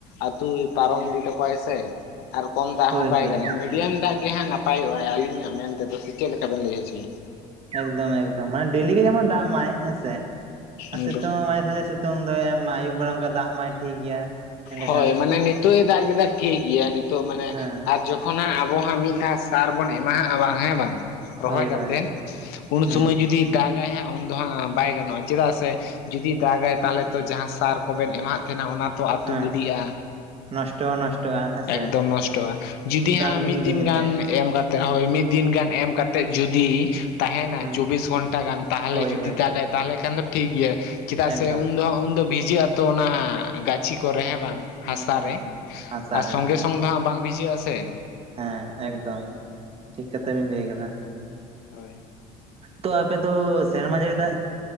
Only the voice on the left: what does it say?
ᱟᱛᱩᱭ ᱯᱟᱨᱚᱢ ᱤᱫᱤ ᱛᱟᱠᱚᱣᱟᱭ ᱥᱮ᱾ ᱟᱨ ᱠᱚᱢ ᱫᱟᱜ
ᱦᱚᱸ ᱵᱟᱭ
ᱜᱟᱱᱚᱜ, ᱢᱤᱰᱤᱭᱟᱢ ᱫᱟᱜ ᱜᱮ ᱦᱟᱸᱜ ᱱᱟᱯᱟᱭᱚᱜ-ᱟ ᱟᱹᱞᱤᱧᱟᱜ ᱢᱮᱱ ᱛᱮᱫᱚ, ᱥᱮ ᱪᱮᱫ ᱞᱮᱠᱟ ᱵᱮᱱ ᱞᱟᱹᱭ ᱦᱚᱪᱚᱭᱟ?
ᱮᱠᱫᱚᱢ
ᱦᱚᱭ ᱢᱟᱱᱮ ᱱᱤᱛᱳᱜ ᱮ ᱫᱟᱜ ᱠᱮᱫᱟ ᱴᱷᱤᱠ ᱜᱮᱭᱟ ᱱᱤᱛᱳᱜ ᱢᱟᱱᱮ
ᱟᱨ ᱡᱚ ᱠᱷᱚᱱᱟᱜ ᱟᱵᱚ ᱦᱟᱸᱜ ᱢᱤᱫ ᱫᱷᱟᱣ ᱥᱟᱨ ᱵᱚᱱ ᱮᱢᱟᱦᱟᱜ-ᱟ ᱵᱟᱝ ᱦᱮᱸ ᱵᱟᱝ ᱨᱚᱦᱚᱭ
ᱠᱟᱛᱮᱫ
ᱩᱱ
ᱥᱩᱢᱟᱹᱭ ᱡᱩᱫᱤ ᱫᱟᱜ ᱜᱟᱭ ᱦᱟᱸᱜ ᱩᱱᱫᱚ ᱦᱟᱸᱜ ᱵᱟᱭ ᱜᱟᱱᱚᱜ-ᱟ ᱪᱮᱫᱟᱜ ᱥᱮ ᱡᱩᱫᱤ ᱫᱟᱜ-ᱟᱭ ᱛᱟᱦᱞᱮ ᱛᱚ ᱡᱟᱦᱟᱸ ᱥᱟᱨ ᱠᱚᱵᱮᱱ ᱮᱢᱟᱦᱟᱜ ᱛᱟᱦᱮᱱᱟ ᱚᱱᱟ ᱛᱚ ᱟᱹᱛᱩ
ᱜᱤᱰᱤᱜ-ᱟ᱾
ᱮᱠᱫᱚᱢ ᱱᱚᱥᱴᱚᱜ-ᱟ ᱡᱩᱫᱤ ᱦᱟᱸ
ᱢᱤᱫ ᱫᱤᱱ
ᱜᱟᱱ ᱮᱢ ᱠᱟᱛᱮᱫ ᱦᱳᱭ ᱢᱤᱫ ᱫᱤᱱ ᱜᱟᱱ ᱮᱢ ᱠᱟᱛᱮᱫ ᱡᱩᱫᱤ ᱛᱟᱦᱮᱱᱟ
ᱪᱚᱵᱤᱥ ᱜᱷᱚᱱᱴᱟ ᱜᱟᱱ ᱛᱟᱦᱞᱮ
ᱡᱩᱫᱤ
ᱫᱟᱜ-ᱟᱭ ᱛᱟᱦᱚᱞᱮ ᱠᱷᱟᱱ ᱫᱚ ᱴᱷᱤᱠ ᱜᱮᱭᱟ᱾ ᱪᱮᱫᱟᱜ
ᱥᱮ ᱩᱱ ᱫᱚ ᱦᱟᱸᱜ ᱩᱱᱫᱚ ᱵᱷᱤᱡᱟᱹᱜ ᱟᱛᱚ ᱚᱱᱟ ᱜᱟᱹᱪᱷᱤ ᱠᱚᱨᱮ ᱦᱮᱸ ᱵᱟᱝ?
ᱦᱟᱥᱟ
ᱨᱮ
ᱟᱨ
ᱥᱚᱝᱜᱮ ᱥᱚᱝ ᱫᱚ ᱦᱟᱸᱜ ᱵᱟᱝ ᱵᱷᱤᱡᱟᱹᱜ-ᱟ ᱥᱮ᱾
ᱦᱳᱭ᱾